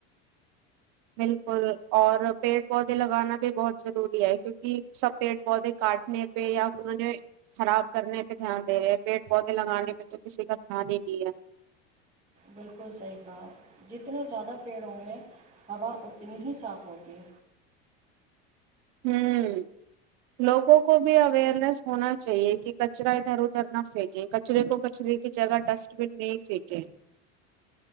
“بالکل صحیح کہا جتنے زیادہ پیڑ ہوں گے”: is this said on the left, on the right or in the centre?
Right